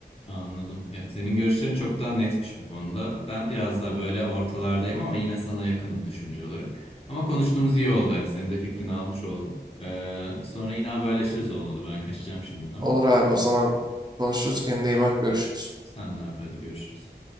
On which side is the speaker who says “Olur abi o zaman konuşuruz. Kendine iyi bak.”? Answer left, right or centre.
Right